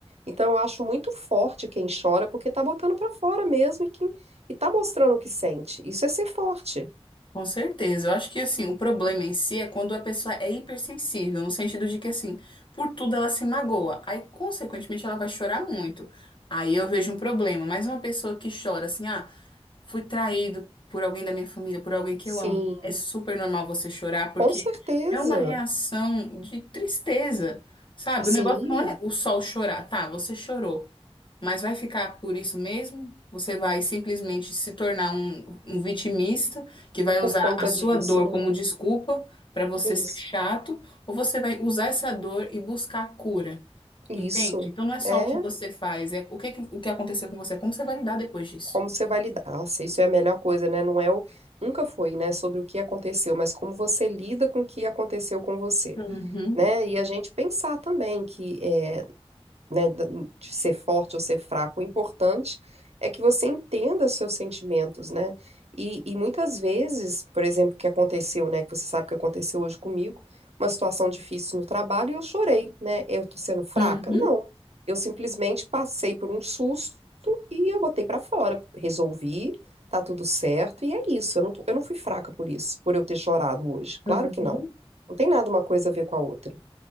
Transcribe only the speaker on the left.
Com certeza. Eu acho que assim, o problema em si é quando a pessoa é hipersensível, no sentido de que assim, por tudo ela se magoa. Aí, consequentemente, ela vai chorar muito. Aí eu vejo um problema. Mas uma pessoa que chora assim, ah, fui traído por alguém da minha família, por alguém que
eu amo. É super normal você chorar, porque
é uma reação de tristeza, sabe?
O negócio não é o sol chorar, tá? Você chorou, mas vai ficar por isso mesmo? Você vai simplesmente se tornar um, um vitimista que vai usar
a sua
dor
como desculpa para você
ser chato, ou você vai usar essa dor e buscar cura?
Entende? Então não é só
o que você faz, é o que, que- o que aconteceu com você, como você vai lidar depois disso.
Uhum.
Uhum,
uhum.